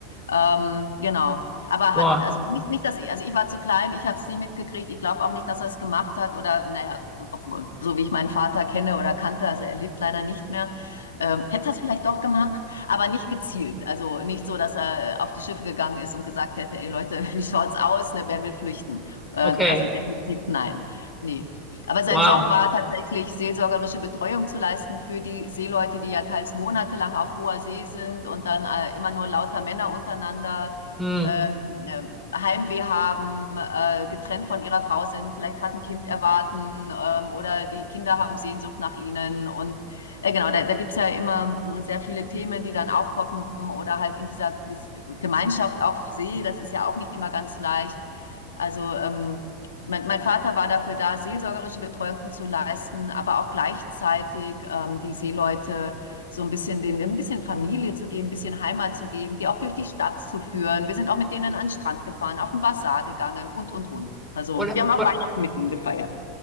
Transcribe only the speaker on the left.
Ähm, genau. Aber
hat, also nicht, nicht, dass ich, also ich war zu klein, ich habe es nie mitgekriegt. Ich glaube auch nicht, dass er es gemacht hat oder, naja, obwohl, so wie ich meinen Vater kenne oder kannte, also er lebt leider nicht mehr, ähm, hätte er es vielleicht doch gemacht, aber nicht gezielt. Also nicht so, dass er auf die Schiffe gegangen ist und gesagt hätte, ey Leute, <laughs> wie schaut's aus, ne, wer will flüchten? Äh,
also definitiv nein. Nee. Aber sein
Job war tatsächlich, seelsorgerische Betreuung zu leisten für die Seeleute, die ja teils monatelang auf hoher See sind und dann äh, immer nur lauter Männer untereinander
äh, äh, Heimweh haben, äh, getrennt von ihrer Frau sind, vielleicht gerade ein Kind erwarten ähm, oder die Kinder haben Sehnsucht nach ihnen. Und äh, genau, da, da gibt's ja immer sehr viele Themen, die dann aufpoppen oder halt in dieser Gemeinschaft auf See, das ist ja auch nicht immer ganz leicht. Also ähm, mein, mein Vater war dafür da, seelsorgerische Betreuung zu leisten, aber auch gleichzeitig ähm, die Seeleute so ein bisschen denen ein bisschen Familie zu geben, ein bisschen Heimat zu geben, die auch durch die Stadt zu führen. Wir sind auch mit denen an den Strand gefahren, auf den Basar gegangen und, und, und. Also
wir haben auch
Weihnachten mit ihnen gefeiert.